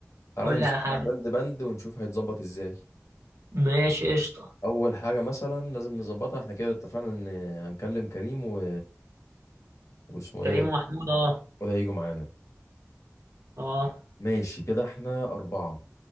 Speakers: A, on the left; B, on the right.
A: تعالى
B: قول
A: نمسك
B: لي على حاجة
A: بند بند ونشوف هيتظبط ازاي
B: ماشي قشطة
A: اول حاجة مثلا لازم نظبطها احنا كده اتفقنا ان هنكلم كريم و... واسمه
B: كريم
A: ايه ده
B: ومحمود آه
A: وده هيجوا معانا
B: آه
A: ماشي كده احنا أربعة